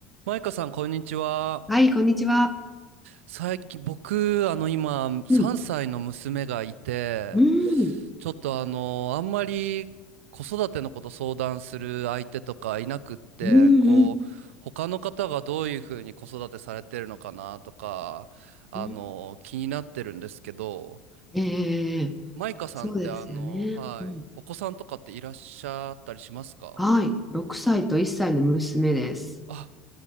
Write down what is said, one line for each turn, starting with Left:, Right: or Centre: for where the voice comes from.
Right: マイカさん、こんにちは。
Centre: はい、こんにちは。
Right: 最近、僕、あの、今、3歳の娘がいて、
Centre: うん、うん、
Right: ちょっとあの、あんまり子育てのこと相談する相手とかいなくって、
Centre: うん、うん。
Right: こう、他の方がどういうふうに子育てされてるのかなとか、あの、
Centre: うん
Right: 気になってるんですけど、
Centre: ええ、
Right: マイカさんって、
Centre: そうですよね。
Right: あの、はい、
Centre: うん。
Right: お子さんとかっていらっしゃったりしますか
Centre: はい、6歳と1歳の娘です。
Right: あ、